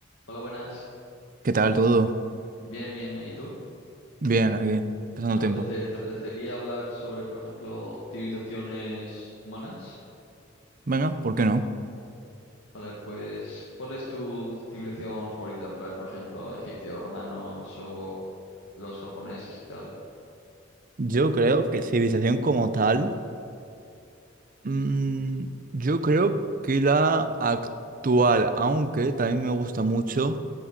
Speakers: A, on the left; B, on the right.
A: Hola, buenas.
B: ¿Qué tal todo?
A: Bien, bien, bien. ¿Y tú?
B: Bien, aquí, pasando
A: ¿Te
B: el
A: apetece-
B: tiempo.
A: te apetecería hablar sobre, por ejemplo, civilizaciones humanas?
B: Venga, ¿por qué no?
A: Vale, pues, ¿cuál es tu civilización favorita? En plan, por ejemplo, egipcios, romanos o los japoneses y tal.
B: Yo creo que civilización como tal, mm, yo creo que la actual, aunque también me gusta mucho